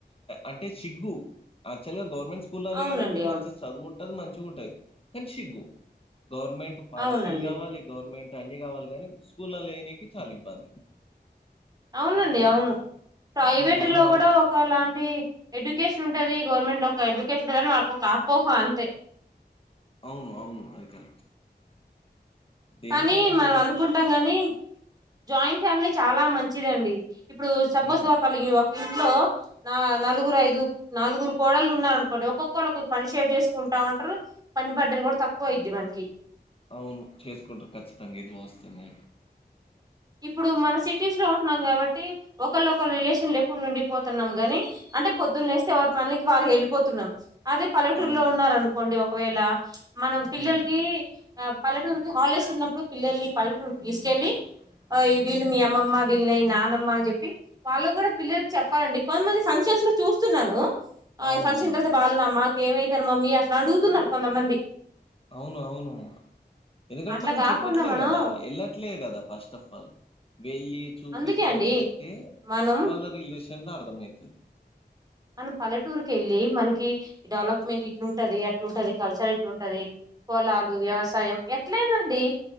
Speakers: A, on the left (about 35°); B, on the right (about 20°).
A: అంటే సిగ్గు యాక్చువల్ గా గవర్నమెంట్ స్కూల్లలలో
B: అవునండి
A: వేయాలంటే మంచి
B: అవును
A: చదువుం ది మంచిగ ఉంటది కనీ సిగ్గు గవర్నమెంట్ పాలసీలు
B: అవునండి
A: కావాలి గవర్నమెంట్ అన్ని కావాలి కానీ స్కూల్లల్లో ఏనికి చాలా ఇబ్బంది
B: అవునండి అవును ప్రైవేట్
A: దాని
B: లో
A: వల్ల
B: కూడా ఒకలాంటి ఎడ్యుకేషన్ ఉంటది గవర్నమెంట్ లో ఒక ఎడ్యుకేషన్ కానీ మాకు ఒక అపోహ అంతే
A: అవును అవును అది కరెక్ట్ దేనికైనా
B: కానీ మనం
A: సరే
B: అనుకుంటాం గాని జాయింట్ ఫ్యామిలీ చాలా మంచిదండి ఇప్పుడు సపోజ్గా
A: హ్మ్.
B: ఒకల్ ఒక ఇంట్లో నా నలుగురు ఐదు నలుగురు కోడళ్లు ఉన్నారు అనుకోండి ఒక్కొక్కళ్లు ఒక్క పని షేడ్ చేసుకుంటా ఉంటరు పని బట్టలు కూడా తక్కువ అయిద్ది మనకి
A: అవును చేసుకుంటరు ఖచ్చితంగా ఇది వాస్తము
B: ఇప్పుడు మన సిటీస్ లో ఉంటున్నాం కాబట్టి ఒకళ ఒకరు రిలేషన్లు చెప్ ఉండి పోతున్నాం గాని అంటే పొద్దున్న లేస్తే ఎవరి పనికి వారి వెళ్ళిపోతున్నాం అదే పల్లెటూరులో
A: అవును.
B: ఉన్నారు అనుకోండి ఒకవేళ మనం పిల్లలకి
A: హ్మ్.
B: ఆ పల్లెటూరుకి హాలిడేస్ ఉన్నప్పుడు పిల్లల్ని పల్లెటూరుకి తీసుకెళ్ళి వీళ్ళు మీ అమ్మమ్మ వీళ్ళని నానమ్మ అని చెప్పి వాళ్ళు కూడా పిల్లలకి చెప్పాలండి. కొంతమంది ఫంక్షన్స్ లో చూస్తున్నాను ఆ
A: అవునవును.
B: ఫంక్షన్ కి వెళ్తే వాళ్ళు మా ఏమయితారు మమ్మీ అట్లా అడుగుతున్నారు కొంతమంది
A: అవును అవును ఎందుకంట
B: అట్లా
A: మనం
B: కాకుండా
A: చెప్పట్లే
B: మనం
A: కదా వెళ్ళట్లేదు కదా ఫస్ట్ ఆఫ్ వెళ్ళి చూపిచ్చి
B: అందుకే అండి
A: చెప్తే
B: మనం
A: వాళ్ళ రిలేష త అర్థమయతది
B: మనం పల్లెటూరుకి వెళ్ళి మనకి డెవలప్మెంట్ ఇట్లుంటది అట్లుంటది కల్చర్ ఎట్లుంటది పొలాలు వ్యవసాయం ఎట్లయిన అండి